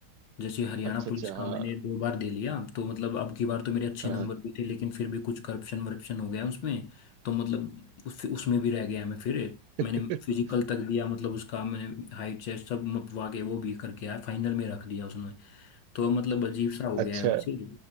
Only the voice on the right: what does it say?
अच्छा
अच्छा
हाँ
हाँ
<laughs>
अच्छा